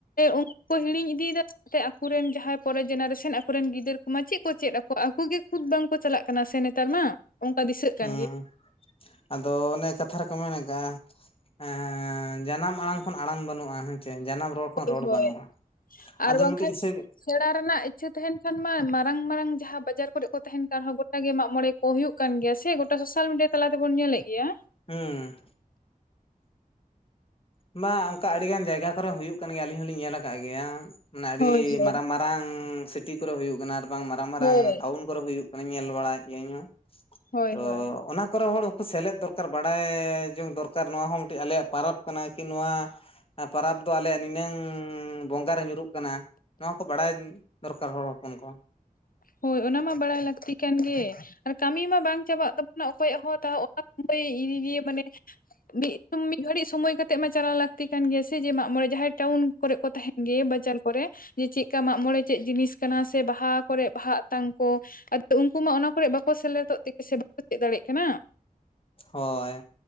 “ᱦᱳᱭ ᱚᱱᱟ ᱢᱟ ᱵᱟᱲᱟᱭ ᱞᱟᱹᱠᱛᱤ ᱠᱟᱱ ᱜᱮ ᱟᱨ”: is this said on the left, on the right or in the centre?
Left